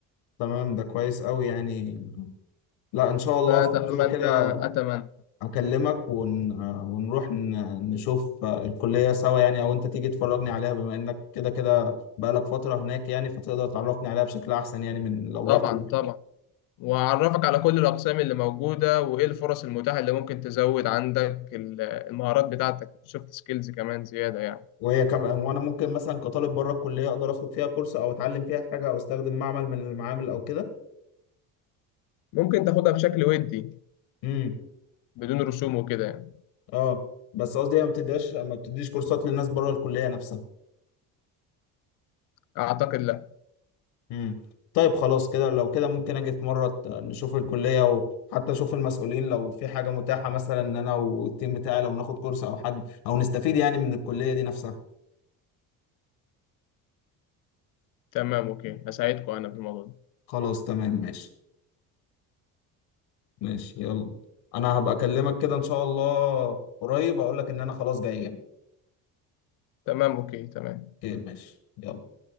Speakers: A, on the left; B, on the left.
A: تمام ده كويس قوي يعني لا ان شاء الله
B: فأتمنى
A: في مرة كده
B: أتمنى
A: اكلمك ون... ونروح ن- نشوف الكلية سوا يعني او انت تيجي تفرجني عليها بما انك كده كده بقالك فترة هناك يعني فتقدر تعرفني عليها بشكل احسن يعني من لو
B: طبعا
A: رحت
B: طبعا وأعرفك على كل الأقسام اللي موجودة وإيه الفرص المتاحة اللي ممكن تزود عندك ال- المهارات بتاعتك السوفت سكيلز كمان زيادة يعني
A: وهي كم وانا ممكن مثلا كطالب بره الكليه اقدر اخد فيها كورس او اتعلم فيها حاجه او استخدم معمل من المعامل او كده
B: ممكن تاخدها بشكل ودي
A: امم
B: بدون رسوم وكده يعني
A: اه بس قصدي هي ما بتديهاش ما بتديش كورسات للناس بره الكليه نفسها
B: اعتقد لا
A: امم طيب خلاص كده لو كده ممكن اجي في مره ت- نشوف الكليه وحتى اشوف المسؤولين لو في حاجه متاحه مثلا ان انا والتيم بتاعي لو ناخد كورس او حد او نستفيد يعني من الكليه دي نفسها
B: تمام اوكي هساعدكم انا في الموضوع ده
A: خلاص تمام ماشي ماشي يلا انا هبقى اكلمك كده ان شاء الله قريب اقول لك ان انا خلاص جاي يعني
B: تمام اوكي تمام
A: اوكي ماشي يلا